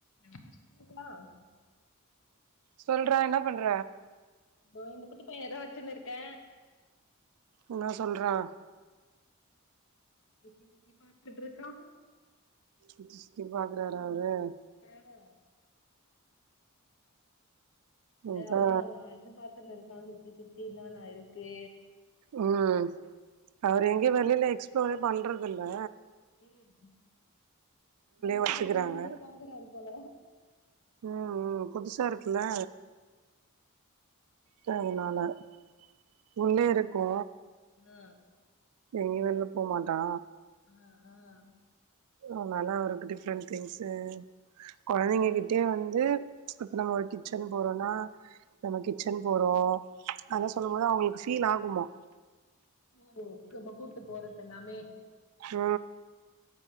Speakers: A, on the left; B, on the right.
A: <unintelligible>
B: சொல்றா என்ன பண்ற
A: தோ இந்த குட்டி பயணதா வெச்சின்ருக்கே
B: என்னா சொல்றா
A: சுத்தி சுத்தி பாத்துட்ருக்கா
B: சுத்தி சுத்தி பாக்குறாரா அவரு
A: வேல ஆயாமா
B: அதா
A: அவ அண்ண பாத்துன்னுருக்கா சுத்தி சுத்திதான் இருக்கு
B: ம். அவரு எங்கயு வெளில எக்ஸ்ப்ளோரே பண்றதுல்ல.
A: ம் வெளில
B: வச்சுக்கிறாங்க
A: வந்தோனே பாக்குறாரு போல.
B: ம்ம். புதுசா இருக்குல்ல. <unintelligible> உள்ளே இருக்கு
A: ஆ
B: எங்கயு வெளில போ மாட்டா
A: அ அ
B: அதனால அவருக்கு டிஃப்ரெண்ட் திங்ஸு. கொழந்திங்ககிட்டயூ வந்து, இப்ப நம்ம ஒரு கிச்சன் போறோன்னா. நம்ம கிச்சன் போறோ அதல்லா சொல்லும்போது அவங்களுக்கு ஃபீல் ஆகுமா
A: ம், <inaudible> கூட்டுப் போறத் எல்லாமே
B: அ